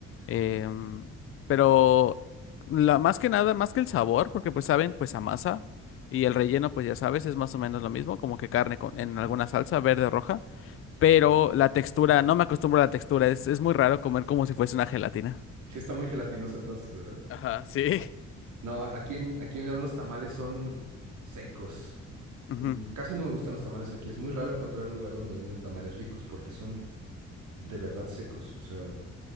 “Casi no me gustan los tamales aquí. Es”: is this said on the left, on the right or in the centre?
Right